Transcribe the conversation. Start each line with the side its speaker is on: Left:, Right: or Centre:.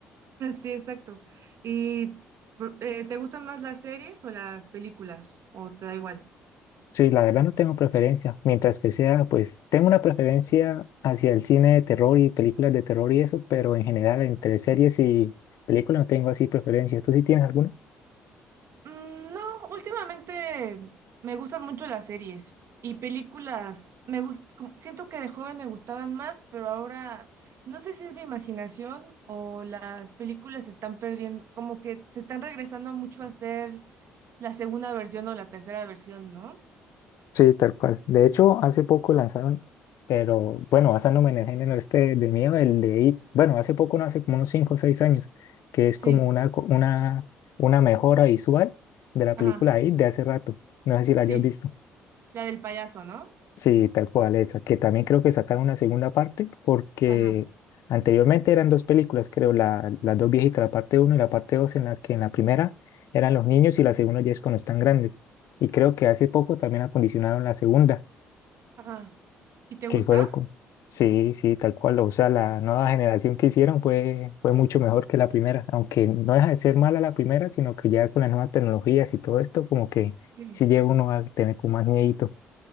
Right: Sí, exacto. ¿Y pr- eh, te gustan más las series o las películas? ¿O te da igual?
Left: Sí, la verdad no tengo preferencia. Mientras que sea, pues tengo una preferencia hacia el cine de terror y películas de terror y eso, pero en general entre series y películas no tengo así preferencia. ¿Tú sí tienes alguna?
Right: Mm, No, últimamente me gustan mucho las series y películas. Me gust- como- siento que de joven me gustaban más, pero ahora no sé si es mi imaginación o las películas se están perdiendo, como que se están regresando mucho a ser la segunda versión o la tercera versión, ¿no?
Left: Sí, tal cual. De hecho, hace poco lanzaron, Pero bueno, basándome en el género este de miedo, el de It, bueno, hace poco, no hace como unos 5 o 6 años, que es
Right: Sí,
Left: como una, co- una, una mejora visual de la
Right: ajá,
Left: película It de hace rato. No sé si la hayas
Right: sí,
Left: visto.
Right: la del payaso, ¿no?
Left: Sí, tal cual esa, que también creo que sacaron una segunda parte porque
Right: Ajá,
Left: anteriormente eran dos películas, creo, la, las dos viejitas, la parte uno y la parte dos en la que en la primera eran los niños y la segunda ya es cuando están grandes. Y creo que hace poco también acondicionaron la segunda,
Right: ajá. ¿Y te gusta?
Left: que fueron con... Sí, sí, tal cual, o sea, la nueva generación que hicieron fue, fue mucho mejor que la primera, aunque no deja de ser mala la primera, sino que ya con las nuevas tecnologías y todo esto, como que
Right: Sí.
Left: sí llega uno a tener como más miedo.